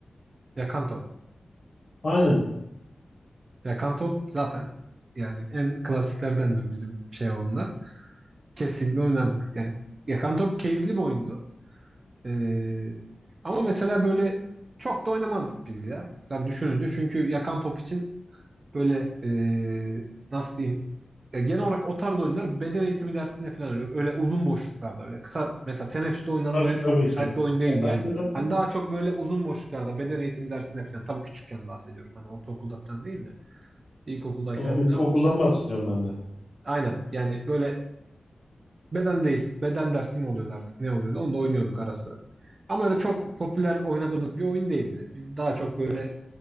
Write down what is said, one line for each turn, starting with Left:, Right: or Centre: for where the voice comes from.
Right: Yakan top.
Left: Aynen.
Right: Yakan top zaten yani en klasiklerdendir bizim şey olduğunda. Kesinlikle oynardık. Yani Yakan Top keyifli bir oyundu. Ee, ama mesela böyle çok da oynamazdık biz ya. Yani düşününce çünkü Yakan Top için böyle ee, nasıl diyeyim ya genel olarak o tarz oyunlar beden eğitimi dersinde falan öyle, öyle uzun boşluklarda öyle kısa mesela teneffüste oynanmaya
Left: Tabii
Right: çok
Left: tabii
Right: müsait
Left: ki.
Right: bir oyun değildi
Left: Ben
Right: yani.
Left: de zaten
Right: Hani daha çok böyle uzun boşluklarda beden eğitimi dersinde falan tabii küçükken bahsediyorum. Hani ortaokulda falan değil de ilkokuldayken
Left: o,
Right: falan.
Left: ilkokuldan bahsediyorum ben de.
Right: Aynen yani böyle Beden değil, beden dersi mi oluyordu artık ne oluyordu? Onu da oynuyorduk ara sıra. Ama öyle çok popüler oynadığımız bir oyun değildi. Biz daha çok böyle